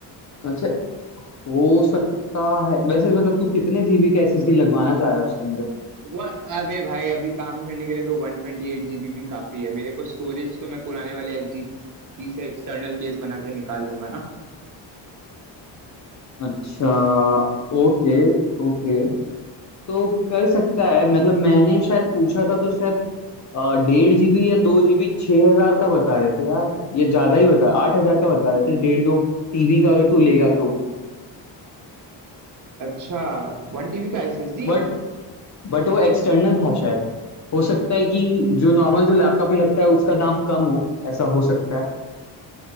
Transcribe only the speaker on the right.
वन अबे भाई अभी काम करने के लिए तो वन ट्वेंटी एट जीबी भी काफी है मेरे को स्टोरेज तो मैं पुराने वाले एसडी से एक्सटर्नल केस बना के निकाल लूंगा ना
अच्छा वन टीबी का एसएसडी